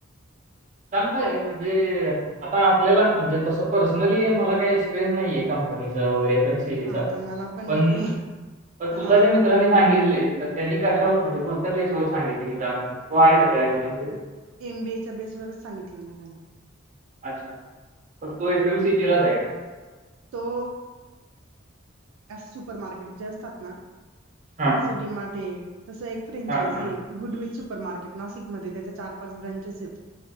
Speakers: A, on the right; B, on the right.
A: चांगलये म्हणजे आता आपल्याला, म्हणजे तसं पर्सनली मला काही एक्सपिरियन्स नाहीये, कंपनीच वगैरे, ते
B: आता मला
A: पण
B: नाहीये पण
A: तुला
B: आता
A: ज्या मित्रांने
B: काय
A: सांगितलेय, तर त्यांनी कशावर म्हणजे कोणत्या बेस वर सांगितलं की जा अस, तो आहे का त्या ह्याच्या मध्ये.
B: एम बी एच्या बेसवरच सांगितलं ना त्यांनी.
A: अच्छा, तर तो एक <unintelligible> का?
B: तो अस सुपर मार्केट जे असतात ना,
A: हां.
B: जसं डी मार्टे, तसं एक फ्रेंचायजीये.
A: हां, हां.
B: गुडविल सुपर मार्केट, नाशिकमध्ये त्याच्या चार पाच ब्रांचेसेत.